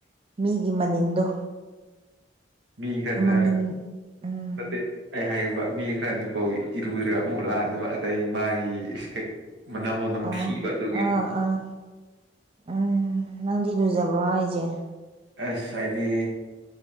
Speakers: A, on the right; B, on the right.
A: ꯃꯤꯒꯤ ꯃꯅꯤꯟꯗꯣ
B: ꯃꯤ ꯈꯠꯅ
A: ꯃꯅꯤꯟ ꯎꯝ
B: ꯅꯠꯇꯦ ꯑꯩ ꯍꯥꯏꯒꯦꯕ ꯃꯤ ꯈꯔꯅꯀꯣ ꯏꯔꯨꯗ꯭ꯔꯒ ꯑꯃꯨꯛ ꯂꯥꯛꯅꯤꯕ ꯑꯗꯩ ꯃꯥꯒꯤ ꯃꯅꯝꯋꯣ ꯅꯝꯊꯤꯕ
A: ꯑꯧ
B: ꯑꯗꯨꯒꯤ
A: ꯑꯥ ꯑꯥ ꯎꯝ ꯅꯪꯗꯤ ꯂꯨꯖꯕ꯭ꯔꯣ ꯍꯥꯏꯁꯦ
B: ꯑꯦꯁ ꯍꯥꯏꯗꯤ